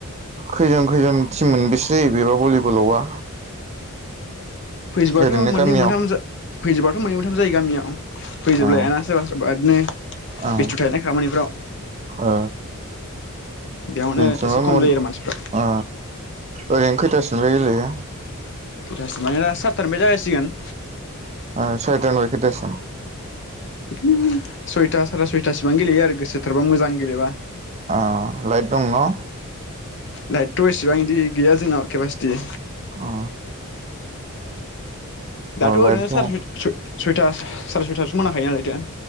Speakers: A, on the right (about 30°); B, on the left (about 55°).
A: खैजन खैजन टिम मोनबैसे जायो बेबा भलिबलावबा
B: फैजोबाथ'
A: ओरैनो
B: मोननै
A: गामियाव
B: मोनथाम जा फैजोबाथ' मोननै मोनथाम जायो गामियाव
A: ओ
B: फैजोबलायाना सोरबा सोरबा इदिनो बेस्थु
A: ओ
B: थायना खामानिफ्राव
A: ओ
B: बेयावनो
A: जोंनिथिंबा
B: एसे खम
A: मोन
B: जायो आरो मानसिफ्रा
A: ओ ओरैनो खैथासोनिफ्राय गेलेयो
B: खैथासो माने दा सारथा निफ्राय जागायसिगोन
A: ओ सयथानिफाय खैथासिम
B: बिदिनो सयथा साराय सयथासिबां गेलेयो आरो गोसो थोरबा मोजां गेलेबा
A: ओ लाइट दं न'
B: लाइटथ' एसेबां इदि गैया जोंनाव केपासिटि
A: अ
B: दाथ'
A: लाइट
B: ओरैनो
A: दं
B: साराइ स स सुइथार साराय सयथा यावसो मोनाखायो नालाय दा